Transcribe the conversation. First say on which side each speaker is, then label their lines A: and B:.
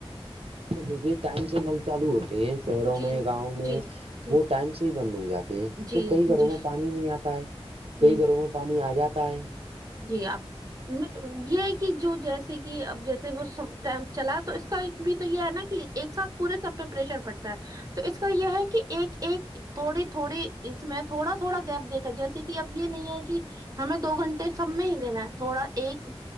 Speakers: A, on the right; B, on the right.
A: دیکھے ٹائم سگنل چالو ہوتے ہیں شہروں
B: جی
A: میں گاؤں میں
B: جی جی
A: وہ ٹائم سے ہی بند ہو جاتے ہیں تو
B: جی
A: کئی گھروں
B: جی
A: میں پانی نہیں آتا ہے
B: جی
A: کئی گھروں میں پانی آ جاتا ہے
B: جی آپ میں یہ کہ جو جیسے کہ اب جیسے وہ ٹائم چلا تو اس کا بھی تو یہ ہے نا کہ ایک ساتھ پورے سب پہ پریشر پڑتا ہے تو اس کا یہ ہے کہ ایک ایک تھوڑی تھوڑی اس میں تھوڑا تھوڑا گیپ دیک کرا جیسے کہ اب یہ نہیں ہے کہ ہمیں دو گھنٹے سب میں ہی دینا ہے تھوڑا ایک